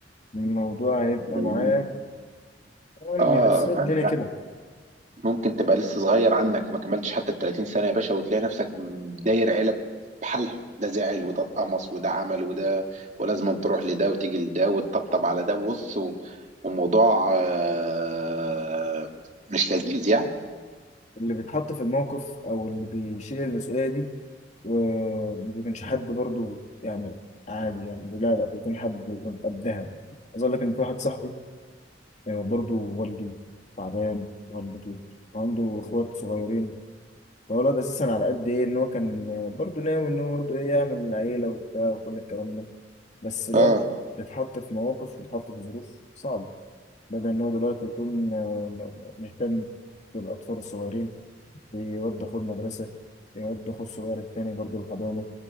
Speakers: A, on the left; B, on the right.
A: الموضوع هيبقى
B: فاهمني؟
A: معاك يعني
B: اه
A: بس هي الدنيا
B: فانت
A: كده
B: ممكن تبقى لسه صغير عنك ما كملتش حتى ال 30 سنة يا باشا وتلاقي نفسك داير عيلة بحالها ده زعل وده اتقمص وده عمل وده ولازم تروح لده وتيجي لده وتطبطب على ده بص و- وموضوع آه، مش لذيذ يعني
A: اللي بيتحط في الموقف او اللي بيشيل المسؤوليه دي وما بيكونش حد برضو يعني عادي يعني لا لا بيكون حد بيكون قدها عايز اقول لك ان في واحد صاحبي آه، برضو والده تعبان والدته وعنده اخوات صغيرين هو الواد اساسا على قد ايه ان هو كان برضه ناوي ان هو برضه ايه يعمل عيله وبتاع وكل الكلام ده بس الواد
B: اه
A: اتحط في مواقف واتحط في ظروف صعبه بدل ان هو دلوقتي يكون آه، مهتم بالاطفال الصغيرين يود اخوه المدرسه يود اخوه الصغير التاني برضه الحضانه